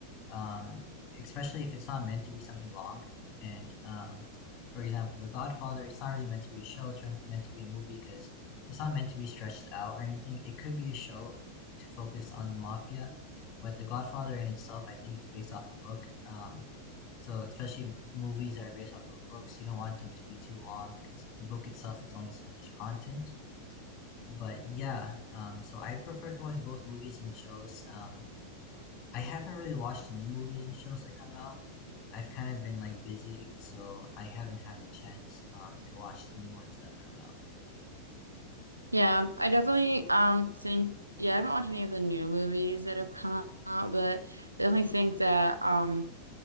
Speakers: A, on the left (about 35°); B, on the right (about 85°).
A: um, especially if it's not meant to be something long. And um, for example, The Godfather, it's not really meant to be a show. It's meant to be a movie because it's not meant to be stretched out or anything. It could be a show to focus on the mafia, but The Godfather in itself, I think it's based off a book. Um, so especially movies that are based off of books, you don't want them to be too long because the book itself is only so much content. But yeah, um, so I prefer to watch both movies and shows. Um, I haven't really watched the new movies and shows that come out. I've kind of been like busy, so I haven't had a chance um, to watch the new ones that have come out.
B: Yeah, I definitely um think yeah I haven't watched any of the new movies that have come out, but I definitely think that um.